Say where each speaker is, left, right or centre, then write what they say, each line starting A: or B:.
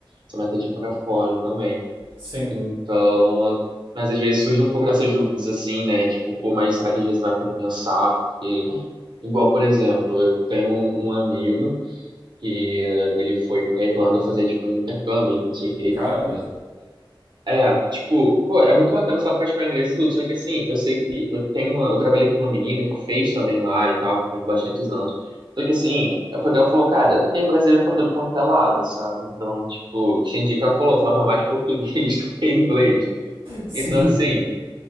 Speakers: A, on the right; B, on the right.
A: essa meta de ir pra fora também.
B: Sim.
A: Então, eu- mas às vezes surge um pouco dessas dúvidas, assim, né? Tipo, pô, mas será que às vezes vai compensar? Porque, igual, por exemplo, eu tenho um, um amigo que eh, ele foi pra Irlanda fazer, tipo, um intercâmbio, não sei o que e
B: Caramba.
A: tal. É, tipo, pô, é muito bacana só praticar inglês e tudo, só que assim, eu sei que eu tenho uma, eu trabalhei com uma menina que fez também lá e tal, com bastantes anos. Só que assim, foi que ela falou, cara, tem brasileiro pra tudo quanto é lado, sabe? Então, tipo, tinha dia que ela falou, eu falava mais português <laughs> do que inglês.
B: Sim.
A: Então, assim,